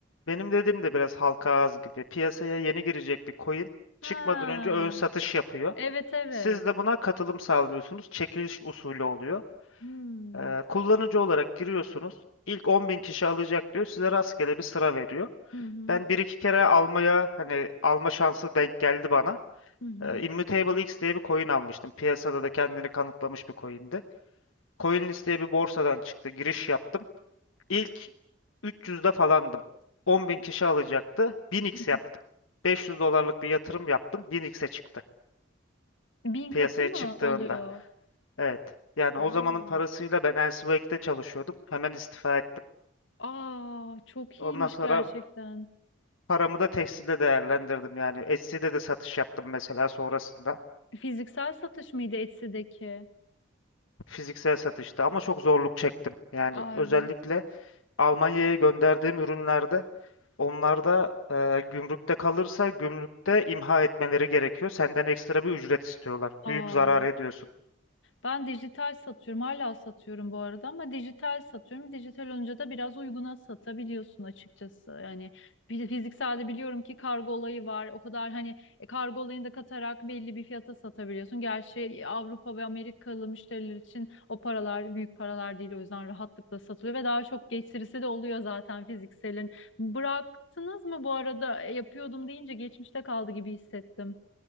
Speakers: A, on the left; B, on the left.
A: benim dediğim de biraz halka ağız gibi. Piyasaya yeni girecek bir coin
B: Ha,
A: çıkmadan önce ön satış yapıyor.
B: evet evet.
A: Siz de buna katılım sağlıyorsunuz. Çekiliş usulü oluyor.
B: Hmm.
A: Ee, kullanıcı olarak giriyorsunuz. İlk 10.000 kişi alacak diyor. Size rastgele bir sıra veriyor.
B: Hı hı.
A: Ben bir iki kere almaya hani alma şansı denk geldi bana.
B: Hı hı.
A: Ee, Immutable X diye bir coin almıştım. Piyasada da kendini kanıtlamış bir coin'di. CoinList diye bir borsadan çıktı. Giriş yaptım. İlk 300'de falandım. 10.000 kişi alacaktı. 1000x
B: Hı
A: yaptım.
B: hı.
A: 500 dolarlık bir yatırım yaptım. 1000x'e çıktı.
B: Bin
A: Piyasaya
B: katı mı
A: çıktığında.
B: oluyor?
A: Evet. Yani o
B: Oo.
A: zamanın parasıyla ben Elsewek'te çalışıyordum. Hemen istifa ettim.
B: Aa, çok
A: Ondan
B: iyiymiş
A: sonra
B: gerçekten.
A: paramı da tekstilde değerlendirdim. Yani Etsy'de de satış yaptım mesela sonrasında.
B: Fiziksel satış mıydı Etsy'deki?
A: Fiziksel satışta ama çok zorluk çektim. Yani
B: Aa
A: özellikle
B: evet.
A: Almanya'ya gönderdiğim ürünlerde onlarda e, gümrükte kalırsa gümrükte imha etmeleri gerekiyor. Senden ekstra bir ücret istiyorlar.
B: Aa.
A: Büyük zarar ediyorsun.
B: Ben dijital satıyorum. Hala satıyorum bu arada ama dijital satıyorum. Dijital olunca da biraz uyguna satabiliyorsun açıkçası. Yani bir fizikselde biliyorum ki kargo olayı var. O kadar hani e, kargo olayını da katarak belli bir fiyata satabiliyorsun. Gerçi Avrupa ve Amerikalı müşteriler için o paralar büyük paralar değil. O yüzden rahatlıkla satılıyor ve daha çok getirisi de oluyor zaten fizikselin. Bıraktınız mı bu arada? E, Yapıyordum deyince geçmişte kaldı gibi hissettim.